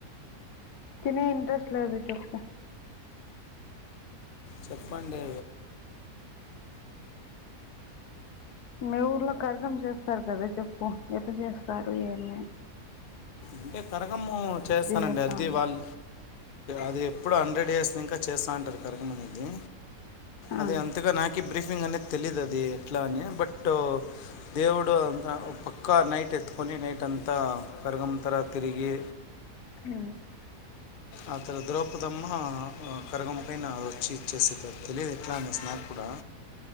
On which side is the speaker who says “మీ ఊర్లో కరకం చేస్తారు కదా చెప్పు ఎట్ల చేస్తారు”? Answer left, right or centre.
Left